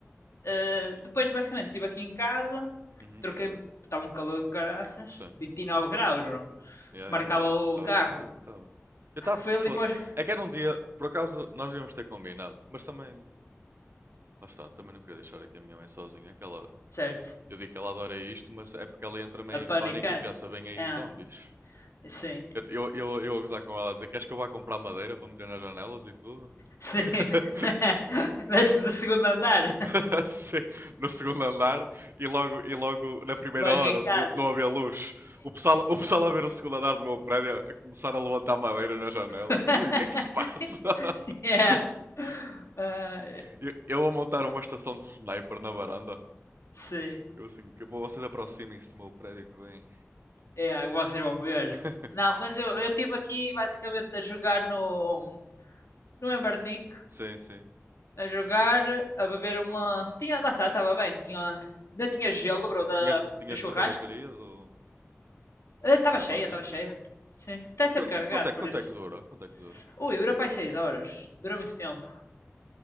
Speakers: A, on the left; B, on the right.
A: Uh, depois, basicamente, estive aqui em casa,
B: Uhum,
A: troquei estava um calor de caraças,
B: sim.
A: 29 graus, bro,
B: Yeah,
A: que marcava
B: yeah, estava
A: o
B: estava
A: carro.
B: quentinho, estava. Eu estava,
A: Foi
B: fosse.
A: ali para
B: É que era um dia, por acaso, nós íamos ter combinado, mas também, lá está, também não queria deixar aqui a minha mãe sozinha. Aquela,
A: certo,
B: eu digo que ela adora isto, mas é porque ela entra meio
A: a panicar.
B: em pânico e pensa, vem aí
A: Ah,
B: zombies.
A: sim,
B: Eu, eu, eu, eu a gozar com ela a dizer, queres que eu vá comprar madeira para meter nas janelas e tudo?
A: sim.
B: <laughs>
A: <laughs> Desce do
B: Yeah.
A: segundo andar,
B: <laughs> Sim, no segundo andar e logo, e logo na primeira
A: barricado.
B: hora de não haver luz, o pessoal, o pessoal a ver o segundo andar do meu prédio a começar a levantar madeira na janela,
A: <laughs>
B: assim, ui, o que é que se passa?
A: yeah.
B: <laughs>
A: Ah,
B: Eu- Eu a montar uma estação de sniper na varanda.
A: sim,
B: Eu assim, que bom, vocês aproximem-se do meu prédio que vem.
A: yeah, vocês vão ver.
B: <laughs>
A: Não, mas eu eu estive aqui basicamente a jogar no no Embernick,
B: Sim, sim.
A: a jogar, a beber uma. Tinha, lá está, estava bem. Tinha, ainda tinha gelo, bro, da,
B: Tinhas, tinhas
A: do churrasco.
B: muita bateria do,
A: Ah, Estava
B: no Embernick?
A: cheia, estava cheia. Sim. Está sempre
B: Quanto,
A: carregado,
B: quanto é, quanto
A: por isso.
B: é que dura? Quanto é que dura?
A: Ui, dura para aí 6 horas. Durou muito tempo.